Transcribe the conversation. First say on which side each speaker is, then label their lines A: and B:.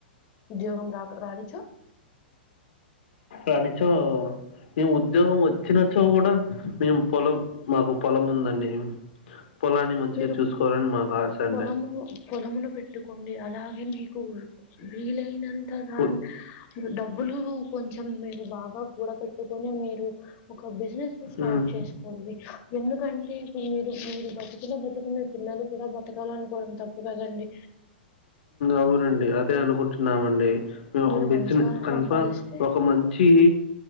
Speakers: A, on the left; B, on the left.
A: ఉద్యోగం రా రానీచో
B: రానిచో మేము ఉద్యోగం వచ్చినచ్చో కూడా మేము పొలం మాకు పొలం ఉందండి పొలాన్ని మంచిగా
A: మీరు
B: చూసుకోవాలని మాకు ఆశ అండి
A: పొలము పొలమును పెట్టుకోండి అలాగే మీకు వీలైనంత గా
B: ఉ-
A: డబ్బులు కొంచెం మీరు బాగా కూడ పెట్టుకొని మీరు ఒక బిజినెస్ స్టార్ట్
B: ఉమ్,
A: చేసుకోండి ఎందుకంటే ఇప్పుడు మీరు మీరు బతుకిన్న బతుకు మీ పిల్లలు కూడా బతకాల అనుకోవడం తప్పు కదండి
B: అవునండి అదే అనుకుంటున్నామండి మేము ఒక
A: మీరు
B: బిజినెస్
A: మంచిగా
B: కన్ఫామ్
A: సంపాదిస్తే
B: ఒక మం చ్చి